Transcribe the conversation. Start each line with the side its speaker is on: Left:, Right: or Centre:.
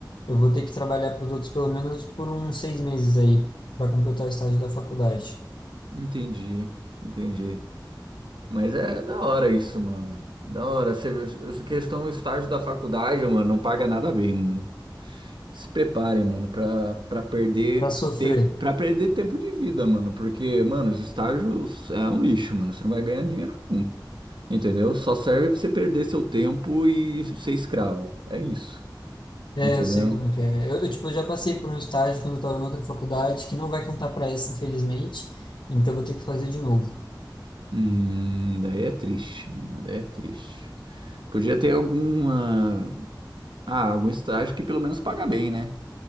Left: eu vou ter que trabalhar para os outros pelo menos por uns seis meses aí, para completar o estágio da faculdade,
Right: entendi, entendi. Mas é da hora isso, mano. Da hora. Cê- Essa questão do estágio da faculdade, mano, não paga nada bem, mano. Se preparem, mano, pra, pra perder,
Left: para sofrer.
Right: te, pra perder tempo de vida, mano. Porque, mano, os estágios é um lixo, mano. Você não vai ganhar dinheiro nenhum. Entendeu? Só serve pra você perder seu tempo e ser escravo. É isso.
Left: É,
Right: Entendeu?
Left: eu sei como que é. Eu, eu, tipo, eu já passei por um estágio quando eu estava na outra faculdade que não vai contar para essa, infelizmente. Então eu vou ter que fazer de novo.
Right: Hum, daí é triste, mano. Daí é triste. Podia ter alguma. Ah, algum estágio que pelo menos paga bem, né?